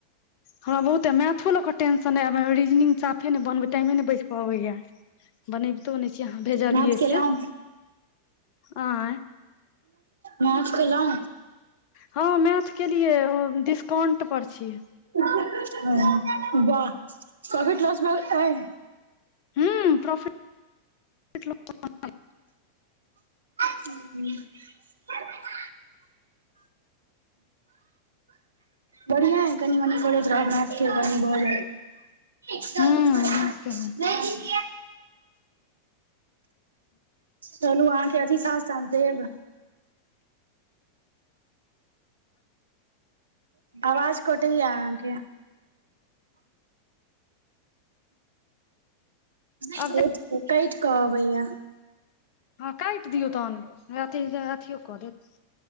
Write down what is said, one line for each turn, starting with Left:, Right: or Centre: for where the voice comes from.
Left: हमरा बहुते मैथों लाकर। टेंशन नई आब रीजनिंग साफे नइ बनबे टाइमे नई बच पबैया बनबितो नइ छियै, अहाँ भेजलियै
Right: नाच केलौं
Left: से। आ <unintelligible>
Right: नाच केल‌उ
Left: हँ मैथ केलियए डिस्काउंट पर छी
Right: वाह ककट कलास बेग आई
Left: हं प्रोफिट <unintelligible>
Right: <unintelligible> बढ़िआँ हइ कनि मनि करैत रहब मैथ कनि भऽ जात
Left: हूँ
Right: एक
Left: मैथ के
Right: चलू अहाँ के अथि सास साझ देब आवाज कटैए अहाँके क
Left: आब
Right: कहबैया।
Left: हँ, काइट दियौ, तखन अथियो कऽ देत।